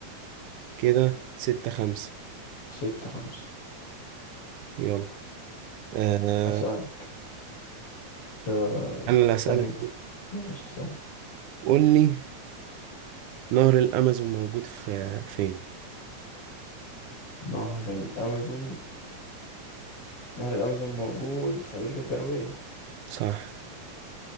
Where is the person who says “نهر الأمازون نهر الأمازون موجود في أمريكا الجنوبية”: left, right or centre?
Left